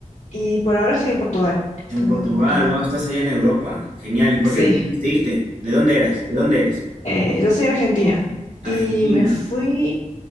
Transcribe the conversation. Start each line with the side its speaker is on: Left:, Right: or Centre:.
Left: Y por ahora estoy en Portugal,
Right: En
Left: estudiando
Right: Portugal,
Left: en Portugal.
Right: wow, estás allá en Europa. Genial. ¿Y por
Left: Sí,
Right: qué decidiste irte? ¿De dónde eres? ¿De dónde eres?
Left: eh, yo soy argentina y
Right: Argentina.
Left: me fui,